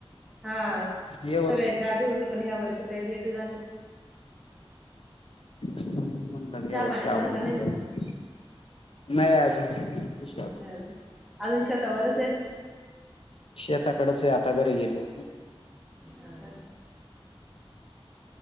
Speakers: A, in the centre; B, on the left.
A: हा सगळे
B: या वर्षी
A: जादी होते. पण ह्या वर्षी लय लेट झाली.
B: ते. ग
A: चहा
B: वर्ष
A: पाणी
B: म्हणज
A: झाला का नाही मग
B: नाही आजून हश.
A: नाही अजून अजून शेतावरच आहेत.
B: शेताकडच आहे, आता घरी गेलो.
A: हा.